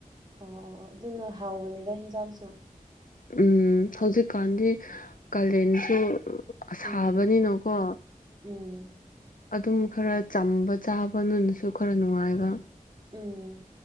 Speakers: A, on the right (about 30°); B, on the left (about 70°).
A: ꯑꯣ ꯑꯣ ꯑꯣ ꯑꯗꯨꯅ ꯍꯥꯎꯕꯅꯤꯗ ꯍꯦꯟꯖꯥꯡꯁꯨ
B: ꯎꯝ ꯍꯧꯖꯤꯛꯀꯥꯟꯗꯤ ꯀꯥꯂꯦꯟꯁꯨ ꯑ ꯁꯥꯕꯅꯤꯅꯀꯣ
A: ꯎꯝ ꯎꯝ
B: ꯑꯗꯨꯝ ꯈꯔ ꯆꯝꯕ ꯆꯥꯕꯅꯁꯨ ꯈꯔ ꯅꯨꯡꯉꯥꯏꯕ
A: ꯎꯝ